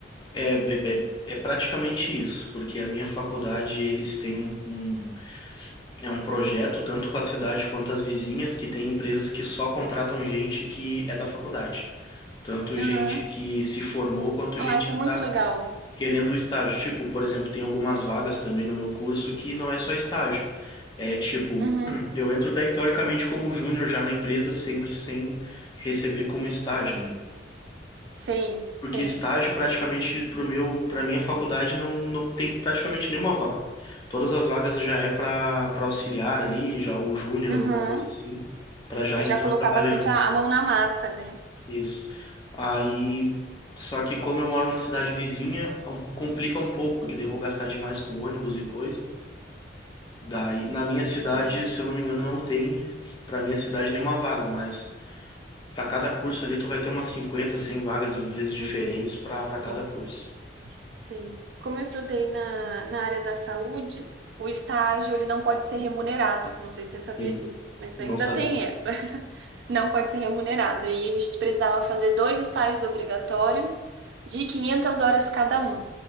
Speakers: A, on the left (about 25°); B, on the right (about 70°).
A: É, é, é- é praticamente isso, porque a minha faculdade, eles têm um, um- é um projeto, tanto com a cidade quanto as vizinhas, que tem empresas que só contratam gente que é da faculdade. Tanto gente
B: Aham.
A: que se formou, quanto
B: Olha
A: gente
B: lá, isso
A: que
B: é muito
A: está
B: legal.
A: querendo estágio. Tipo, por exemplo, tem algumas vagas também no meu curso que não é só estágio. É tipo,
B: Uhum.
A: <clears throat> eu entro te- teoricamente como júnior já na empresa, sempre sem receber como estágio, né?
B: Sei,
A: Porque
B: sei.
A: estágio praticamente pro meu, para minha faculdade não, não tem praticamente nenhuma vaga. Todas as vagas já é para para auxiliar ali, já ou júnior,
B: Aham.
A: alguma coisa assim, para já
B: Eu
A: entrar
B: já colocar
A: trabalhando.
B: bastante a, a mão na massa, né?
A: Isso. Aí, só que como eu moro na cidade vizinha, um- complica um pouco, porque daí eu vou gastar demais com ônibus e coisa. Daí, na minha
B: Entendi.
A: cidade, se eu não me engano, não tem para minha cidade nenhuma vaga, mas para cada curso ali tu vai ter umas 50 100 vagas em empresas diferentes
B: Uhum,
A: para para cada
B: uhum,
A: curso.
B: sim. Como eu estudei na, na área da saúde, o estágio ele não pode ser remunerado. Não sei se você sabia
A: Sim,
B: disso, mas
A: não
B: ainda
A: sabia.
B: tem essa não pode ser remunerado. E aí a gente precisava fazer dois estágios obrigatórios de 500 horas cada um.